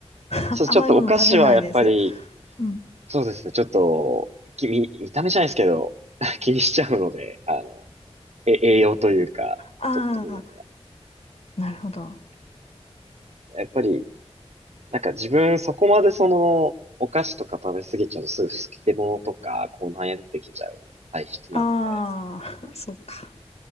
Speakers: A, on the left (about 70°); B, on the right (about 75°).
A: <laughs>
B: そう、
A: 甘いもの食べないです。
B: ちょっとお菓子はやっぱり、
A: うん。
B: そうですね。ちょっと、き見、見た目じゃないですけど、<laughs> 気にしちゃうので、あの、え、栄養というか、
A: ああ、
B: と、ところ
A: なるほど。あ
B: が。やっぱり、なんか自分そこまでその、お菓子とか食べ過ぎちゃうとすぐ好き出物とか、こうなんや出てきちゃう体質なので
A: あ、<laughs> そうか。